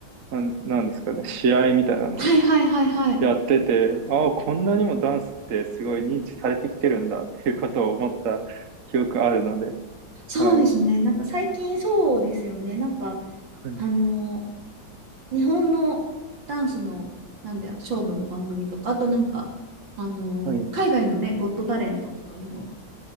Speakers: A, on the right (about 50°); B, on the right (about 70°).
A: なん、なんですかね、試合みたいなの
B: はいはいはいはい。
A: やってて、ああ、こんなにもダンスってすごい認知されてきてるんだっていうことを思った記憶あるので、
B: そうですね。
A: はい、
B: なんか最近そうですよね。なんか、
A: はい、
B: あの、日本のダンスの、なんだよ、勝負の番組とか、あとなんか、あの、
A: はい。
B: 海外のね、ゴットタレントとかにも